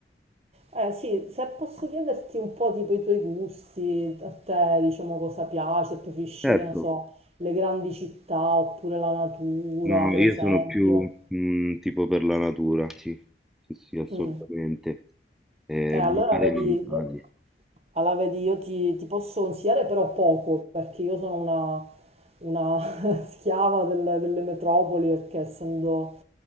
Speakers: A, on the right; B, in the centre.
A: eh, sì, se posso chiederti un po' tipo i tuoi gusti, a te diciamo cosa piace, preferisci
B: Certo.
A: che ne so, le grandi città oppure la natura
B: No, no,
A: per
B: io
A: esempio.
B: sono più mm, tipo per la natura, sì, sì, sì, assolutamente.
A: Mm.
B: Eh,
A: Eh, allora
B: mare
A: vedi...
B: e montagne.
A: Allora, vedi, io ti, ti posso consigliare però poco, perché io sono una, una <laughs> schiava delle, delle metropoli, perché essendo,